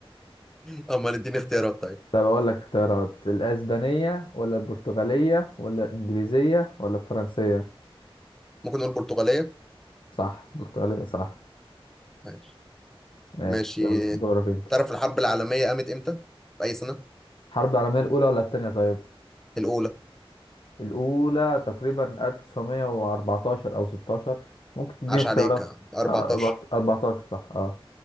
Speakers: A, in the centre; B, on the left.
A: <laughs> امال اديني اختيارات طيب
B: طب أقول لك اختيارات الأسبانية ولا البرتغالية ولا الإنجليزية ولا الفرنسية
A: ممكن نقول برتغاليه
B: صح البرتغالية صح
A: ماشي.
B: ماشي
A: ماشي
B: يلا دورك أنت
A: تعرف الحرب العالمية قامت امتى؟ في أي سنة؟
B: الحرب العالمية الأولى ولا التانية طيب؟
A: الأولى
B: الأولى تقريبا 1914 أو 16 ممكن تديني
A: عاش
B: اختيارات
A: عليك 14
B: 14 صح اه